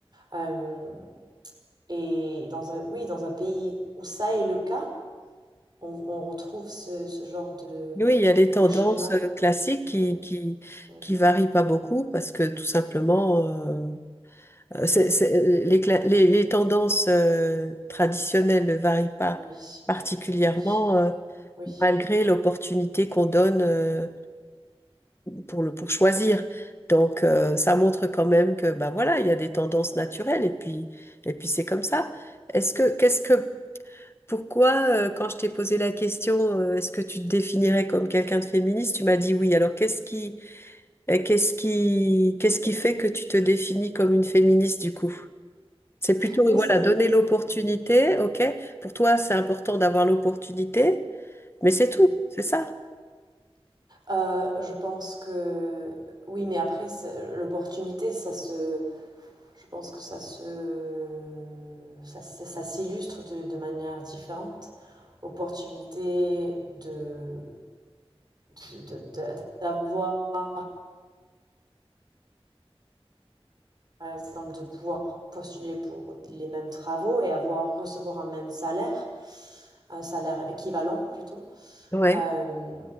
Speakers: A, on the right; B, on the left.
A: Euh, et dans un, oui, dans un pays où ça est le cas, on, on retrouve ce, ce genre de,
B: Oui, il y a des tendances
A: de schéma.
B: euh,
A: Oui.
B: classiques qui,
A: Oui.
B: qui,
A: Oui,
B: qui varient pas beaucoup parce que tout simplement... euh, C'est- c'est- euh, les, cla- les- les tendances euh, traditionnelles ne varient pas
A: oui,
B: particulièrement
A: oui,
B: euh,
A: oui.
B: malgré l'opportunité qu'on donne euh, pour le, pour choisir. Donc euh, ça montre quand même que bah voilà, il y a des tendances naturelles et puis et puis c'est comme ça. Est-ce que qu'est-ce que pourquoi euh, quand je t'ai posé la question euh, est-ce que tu te définirais comme quelqu'un de féministe, tu m'as dit oui. Alors qu'est-ce qui euh, qu'est-ce qui qu'est-ce qui fait que tu te définis comme une féministe du coup? C'est plutôt,
A: Oui,
B: voilà,
A: c'est une...
B: donner l'opportunité,
A: ouais.
B: ok? Pour toi, c'est important d'avoir l'opportunité, mais c'est tout,
A: Mhm.
B: c'est ça?
A: Euh, je pense que... Oui, mais après, c'est- l'opportunité, ça se... Je pense que ça se... Ça, se- ça s'illustre de, de manière différente. Opportunité de, de- de- de- d'avoir, par exemple, de pouvoir postuler pour les mêmes travaux et avoir, recevoir un même salaire, un salaire équivalent plutôt.
B: Ouais,
A: Hem,